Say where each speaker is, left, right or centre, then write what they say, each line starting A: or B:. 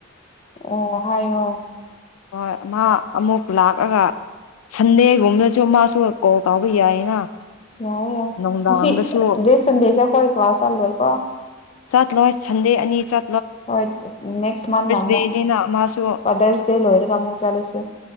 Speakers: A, on the left (about 30°); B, on the left (about 80°).
A: ꯑꯣ ꯍꯥꯏꯣ
B: ꯍꯣꯏ ꯃꯥ ꯑꯃꯨꯛ ꯂꯥꯛꯑꯒ ꯁꯟꯗꯦꯒꯨꯝꯕꯗꯁꯨ ꯃꯥꯁꯨ ꯀꯣꯜ ꯀꯥꯎꯕ ꯌꯥꯏꯅ
A: ꯌꯥꯔ ꯌꯥ
B: ꯅꯨꯡꯗꯥꯡꯗꯁꯨ
A: ꯁꯤ ꯟꯗꯦ ꯆ ꯀꯣꯏ ꯀ ꯀ꯭ꯂꯥꯁ ꯍꯜꯂꯣ ꯀꯣ
B: ꯆꯠ ꯂꯣꯏ ꯊꯟꯦꯅꯤ ꯏ ꯆ
A: ꯍꯣꯏ ꯅꯦꯛꯁ ꯃꯟꯟꯅ ꯑꯃꯨꯛ
B: ꯗꯦꯅꯤꯅ ꯃꯥꯁꯨ
A: ꯐꯥꯗꯔꯁ ꯗꯦ ꯂꯣꯏꯔꯒ ꯑꯃꯨꯛ ꯆꯠꯂꯁꯤ